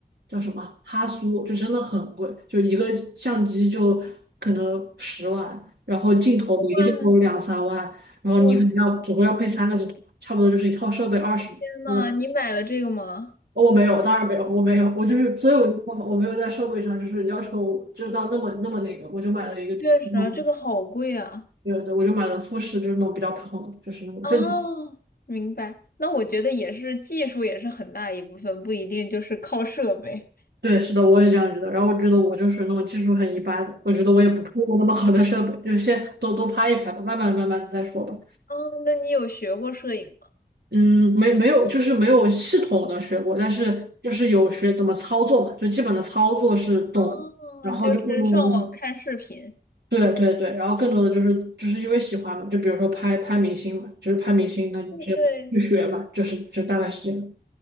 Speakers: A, on the right; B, on the left.
A: 叫什么哈苏，就真的很贵，就一个相机就可能十万，然后镜头每个镜头两三万，
B: 哇，
A: 然后你可能要总共要配三个镜头，
B: 我的
A: 差不多就是一套设备二十，
B: 天呐，
A: 真的。
B: 你买了这个吗？
A: 哦我没有，当然没有，我没有，我就是，所以我就说嘛我没有在设备上就是要求知道那么那么那个，我就买了一个普通的，
B: 确实啊，这个好贵啊。
A: 对对，我就买了富士，就是那种比较普通的，就是那种正。
B: 哦，明白。那我觉得也是，技术也是很大一部分，不一定就是靠设备。
A: 对，是的，我也这样觉得。然后我觉得我就是那种技术很一般的，我觉得我也不配用那么好的设备，就先都都拍一拍吧，慢慢慢慢再说吧。
B: 嗯，那你有学过摄影吗？
A: 嗯，没没有，就是没有系统的学过，但是就是有学怎么操作嘛，就基本的操作是懂的然后就更多的，
B: 哦，就是上网看视频。
A: 对对对，然后更多的就是就是因为喜欢嘛，就比如说拍拍明星嘛，就是拍明星，那就是去学嘛，
B: 对
A: 就是就大概是这样。